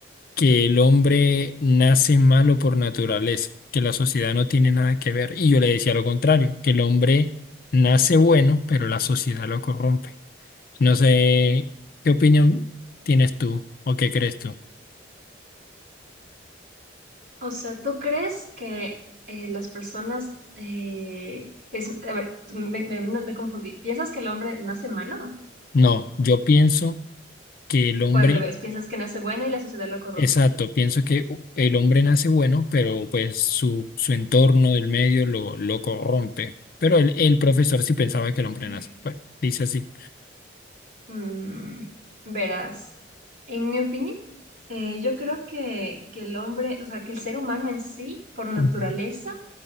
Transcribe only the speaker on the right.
O sea, ¿tú crees que eh, las personas eh, es, a ver, me, me- no, me confundí. ¿Piensas que el hombre nace malo?
¿O al revés? ¿Piensas que nace bueno y la sociedad lo corrompe?
Uy.
Mm, verás, en mi opinión, eh, yo creo que, que el hombre, o sea, que el ser humano en sí, por naturaleza,